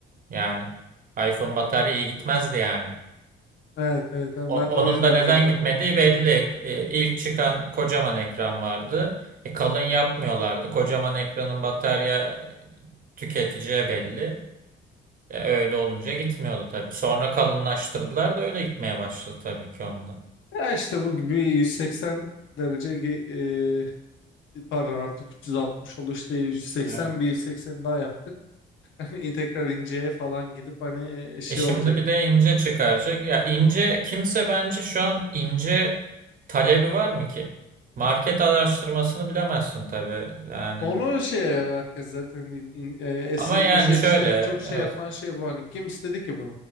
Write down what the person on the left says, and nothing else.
Evet evet hani
ben
de o yüzden
zaten
almadım
bayağı.
Ya işte bu gibi 180 derece ge- e, pardon artık 360 oldu işte 180
bir 180 daha yaptık. <laughs> Hani tekrar inceye falan gidip hani e, şey
olacak.
Onu şey herkes zaten in- in- e,
S25
Edge'de
en çok şey
yapan şey bu hani kim istedi ki